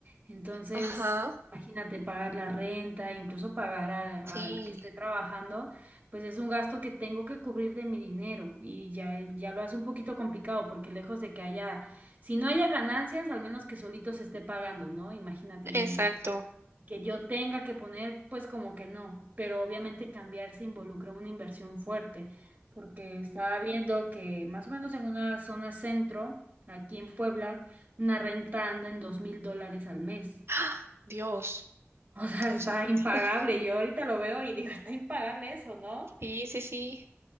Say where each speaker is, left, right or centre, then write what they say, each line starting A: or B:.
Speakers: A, on the right; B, on the right.
A: Entonces,
B: Ajá,
A: imagínate pagar la renta, incluso pagar a-
B: sí,
A: al que esté trabajando, pues es un gasto que tengo que cubrir de mi dinero y ya, eh, ya lo hace un poquito complicado porque lejos de que haya, si no haya ganancias, al menos que solito se esté pagando, ¿no? Imagínate, y
B: exacto.
A: que yo tenga que poner, pues como que no, pero obviamente cambiarse involucra una inversión fuerte porque estaba viendo que más o menos en una zona centro, aquí en Puebla, una renta anda en dos mil dólares al mes.
B: ¡Ah! Dios,
A: <laughs> O sea,
B: Dios
A: está
B: santo.
A: impagable.
B: <laughs>
A: Yo ahorita lo veo y digo, está impagable eso, ¿no?
B: Sí, sí, sí.